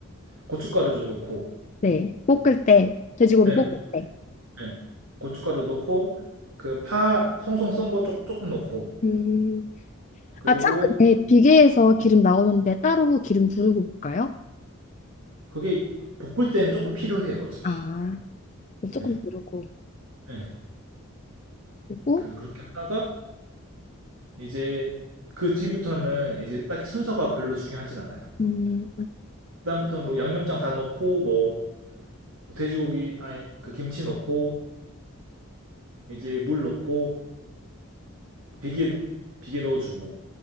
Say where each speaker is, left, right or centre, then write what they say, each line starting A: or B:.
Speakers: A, on the right; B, on the left.
A: 고춧가루 좀 넣고
B: 네. 볶을 때, 돼지고기
A: 예,
B: 볶을 때.
A: 네. 고춧가루 넣고 그 파 송송 썬 거 조금 조금 넣고
B: 음.
A: 그리고
B: 아, 참, 근데 비계에서 기름 나오는데 따로 기름 두르고 볶아요?
A: 그게 볶을 때는 조금 필요해요 어차피
B: 아, 조금
A: 예
B: 두르고.
A: 예.
B: 그리고,
A: 그래서 그렇게 하다가 이제 그 뒤부터는 이제 딱히 순서가 별로 중요하진 않아요
B: 음,
A: 그다음부터는 뭐 양념장 다 넣고 뭐 돼지고기 아니 그 김치 넣고 이제 물 넣고 비계 비계 넣어주고